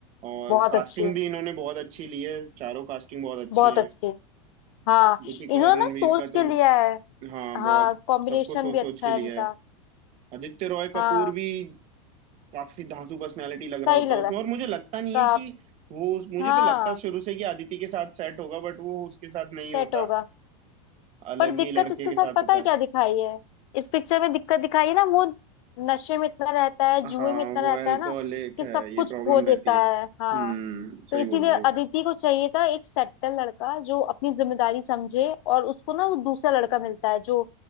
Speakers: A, on the right (about 40°); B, on the left (about 65°).
A: और
B: बहुत
A: कास्टिंग
B: अच्छे
A: भी इन्होंने बहुत अच्छी ली है चारों कास्टिंग बहुत अच्छी
B: बहुत
A: हैं
B: अच्छे हाँ
A: दीपिका
B: इन्होंने
A: और रणवीर
B: ना सोच
A: का
B: के
A: तो
B: लिया है
A: हाँ
B: हाँ
A: बहुत
B: कॉम्बिनेशन
A: सबको सोच
B: भी अच्छा
A: सोच के लिया
B: है इनका
A: है आदित्य रॉय
B: हाँ
A: कपूर भी काफी धांसू पर्सनैलिटी लग रहा
B: सही
A: होता
B: लग
A: है
B: रहा
A: उसमें
B: है
A: और मुझे लगता नहीं
B: का
A: है कि वो मुझे
B: हाँ
A: तो लगता शुरू से कि आदिति के साथ सेट होगा बट वो उसके साथ नहीं होता
B: सेट होगा
A: अलग
B: पर दिक्कत
A: ही लड़के
B: उसके
A: के
B: साथ
A: साथ
B: पता
A: होता
B: है
A: है
B: क्या दिखाई है इस पिक्चर में दिक्कत दिखाई है ना वो नशे में इतना रहता है जुए
A: हाँ
B: में इतना
A: वो
B: रहता
A: अल्कोहलिक
B: है ना कि
A: है
B: सब
A: ये
B: कुछ
A: प्रॉब्लम
B: खो देता
A: रहती है
B: है हाँ
A: हम्म
B: तो
A: सही
B: इसीलिए
A: बोल रही हो
B: अदिति को चाहिए था एक सेटल लड़का जो अपनी जिम्मेदारी समझे और उसको ना वो दूसरा लड़का मिलता है जो